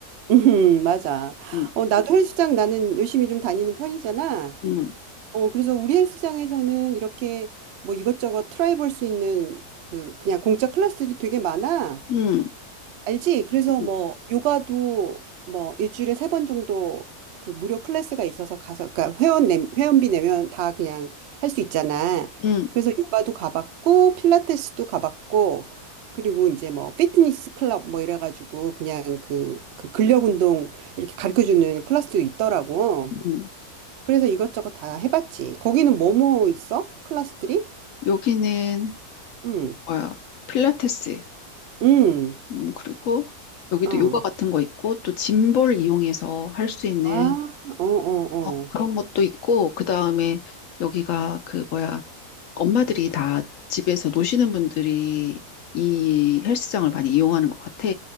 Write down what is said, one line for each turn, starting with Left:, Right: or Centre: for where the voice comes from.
Right: <laughs> 음, 맞아.
Left: 음,
Right: 어, 나도 헬스장 나는 열심히 좀 다니는 편이잖아.
Left: 음,
Right: 어, 그래서 우리 헬스장에서는 이렇게 뭐 이것저것 트라이 볼 수 있는 그 그냥 공짜 클래스들이 되게 많아.
Left: 음.
Right: 알지? 그래서
Left: 음.
Right: 뭐 요가도 뭐 일주일에 세 번 정도 그 무료 클래스가 있어서 가서 그러니까 회원 내, 회원비 내면 다 그냥 할 수 있잖아.
Left: 음,
Right: 그래서 요가도 가봤고 필라테스도 가봤고 그리고 이제 뭐 피트니스 클럽 뭐 이래가지고 그냥 그, 그 근력 운동 이렇게 가르쳐주는 클래스도 있더라고.
Left: 음.
Right: 그래서 이것저것 다 해봤지. 거기는 뭐뭐 있어? 클래스들이?
Left: 여기는
Right: 응,
Left: 뭐야? 필라테스.
Right: 응,
Left: 음, 그리고 여기도
Right: 어.
Left: 요가 같은 거 있고 또 짐볼 이용해서 할 수 있는
Right: 아, 어, 어,
Left: 어,
Right: 어.
Left: 그런 것도 있고 그다음에 여기가 그 뭐야? 엄마들이 다 집에서 노시는 분들이 이 헬스장을 많이 이용하는 것 같아.